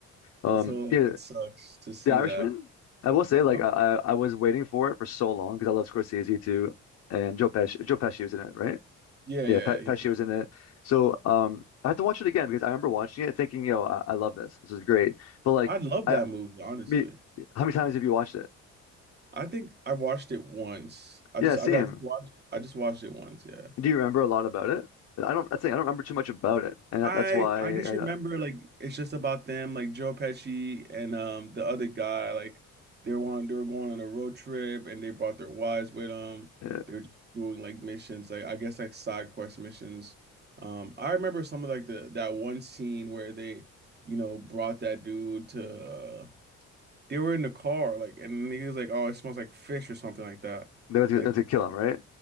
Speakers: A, on the left; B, on the right.
A: Um,
B: So like
A: yeah,
B: it sucks to see
A: The Irishman.
B: that.
A: I will say, like,
B: Huh?
A: I I I was waiting for it for so long because I love Scorsese too, and Joe Pesci. Joe Pesci was in it, right?
B: Yeah,
A: Yeah,
B: yeah.
A: Pat
B: yeah.
A: Pesci was in it. So um I have to watch it again because I remember watching it thinking, yo, I, I love this. This is great. But like
B: I love
A: I
B: that movie, honestly.
A: me how many times have you watched it?
B: I think I watched it once. I
A: Yeah,
B: just
A: same.
B: I, I just watched I just watched it once. Yeah.
A: Do you remember a lot about it? I don't I'd say I don't remember too much about it. And
B: I
A: that, that's why
B: I just
A: I
B: remember
A: uh,
B: like it's just about them like Joe Pesci and um the other guy like they were on they were going on a road trip and they brought their wives with them.
A: yeah.
B: They were just doing like missions like I guess like side quest missions. Um I remember some of like the that one scene where they you know brought that dude to uh, they were in the car like and he was like oh it smells like fish or something like that.
A: They went to,
B: Like
A: they went to kill him, right?